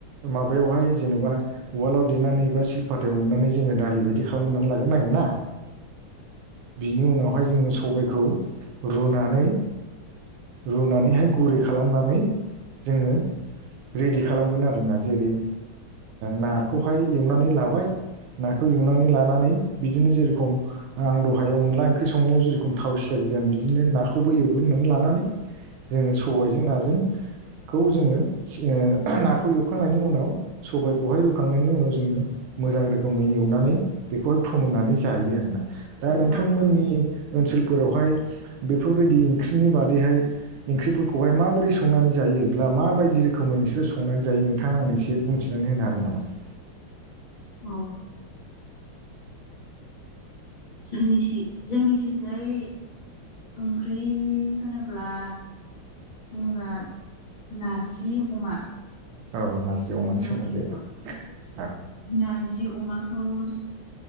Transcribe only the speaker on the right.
माबायावहाय जेनेबा उवालाव देनानै बा सिलपाथायाव उननानै जोङो दालि बायदि बिदि खालामग्रोनानै लाग्रो नांगोन ना बिनि उनाव बेवहाय जोङो सबायखौ रुनानै रुनानैहाय गुरै खालामनानै जोङो रेडि खालामगोन आरोना जेरै नाखौहाय एवनानै लाबाय नाखौ एवनानै लानानै बिदिनो जेरखम आं दहाय अनला ओंख्रि संनायाव जेरेखम थाव सेरगोन बिदिनो नाखौबो एवग्रोनानै लानानै जोङो सबायजों नाजों खौ जोङो ओ नाखौ एवखांनायनि उनाव सबायखौहाय रुखांनायनि उनाव जोङो मोजां रोखोमै एवनानै बेखौहाय फोमोननानै जायो आरोना दा नोंथांमोननि
ओनसोलफोरावहाय बेफोरबायदि ओंख्रिनि बादैहाय ओंख्रिफोरखौहाय माबोरै सं संनानै जायोब्ला माबायदि रोखोमै नोंसोरो संनानै जायो नोंथाङा आंनो एसे बुंथिनानै होनो हागोन नामा <inaudible>
औ नारजि अमानि
सोमोन्दै
ओं